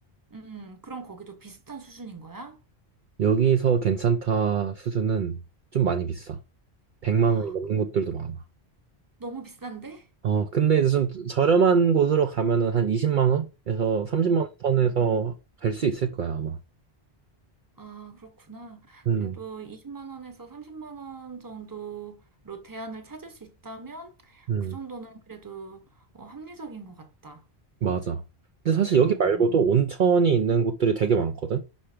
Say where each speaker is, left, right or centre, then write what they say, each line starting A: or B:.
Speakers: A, on the right; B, on the right.
A: 음, 그럼 거기도 비슷한 수준인 거야?
B: 여기서 괜찮다 수준은 좀 많이 비싸. 100만
A: 아,
B: 원이 넘는 곳들도 많아.
A: 너무 비싼데?
B: 어, 근데 이제 좀 저렴한 곳으로 가면은 한 20만 원에서 30만 원 선에서 갈 수 있을 거야, 아마.
A: 아, 그렇구나.
B: 음,
A: 그래도 20만 원에서 30만 원 정도로 대안을 찾을 수 있다면
B: 음,
A: 그 정도는 그래도 어, 합리적인 것 같다.
B: 맞아. 근데 사실
A: 음,
B: 여기 말고도 온천이 있는 곳들이 되게 많거든.